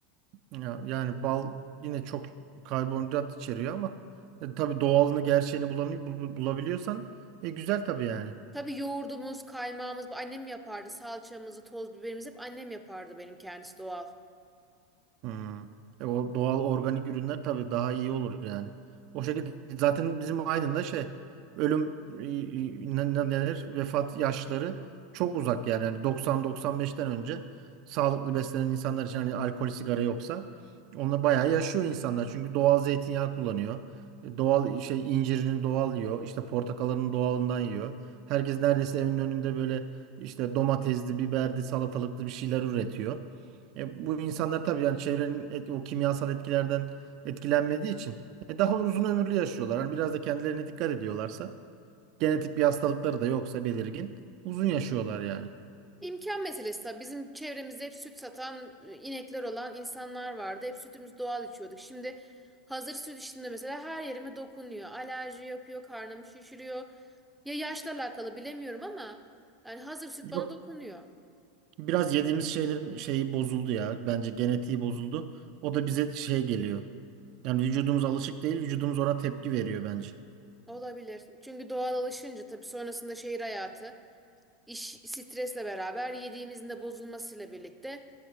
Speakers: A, on the right (about 55°); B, in the centre.
A: Ya, yani bal yine çok karbonhidrat içeriyor ama e, tabii doğalını gerçeğini bulanı- bul- bulabiliyorsan e, güzel tabii yani.
B: Tabii yoğurdumuz, kaymağımız bu annem yapardı. Salçamızı, toz biberimizi hep annem yapardı benim kendisi doğal.
A: Hmm. E, o doğal organik ürünler tabii daha iyi olur yani. O şekilde zaten bizim Aydın'da şey ölüm e, e, ne- ne- neler vefat yaşları çok uzak yani. Yani 90-95'ten önce sağlıklı beslenen insanlar için hani alkol sigara yoksa onlar bayağı yaşıyor insanlar. Çünkü doğal zeytinyağı kullanıyor. E, Doğal şey incirini doğal yiyor. İşte portakalının doğalından yiyor. Herkes neredeyse evinin önünde böyle işte domatesli, biberli, salatalıklı bir şeyler üretiyor. E, bu insanlar tabii yani çevrenin et- o kimyasal etkilerden etkilenmediği için e, daha uzun ömürlü yaşıyorlar. Hani biraz da kendilerine dikkat ediyorlarsa, genetik bir hastalıkları da yoksa belirgin, uzun yaşıyorlar yani.
B: İmkan meselesi tabii. Bizim çevremizde hep süt satan e, inekler olan insanlar vardı. Hep sütümüz doğal içiyorduk. Şimdi hazır süt içtiğimde mesela her yerime dokunuyor. Alerji yapıyor, karnımı şişiriyor. Ya yaşla alakalı bilemiyorum ama yani hazır süt
A: Yok.
B: bana dokunuyor.
A: Biraz yediğimiz şeylerin şeyi bozuldu ya. Bence genetiği bozuldu. O da bize şey geliyor. Yani vücudumuz alışık değil, vücudumuz ona tepki veriyor bence.
B: Olabilir. Çünkü doğal alışınca tabii sonrasında şehir hayatı, iş stresle beraber yediğimizin de bozulmasıyla birlikte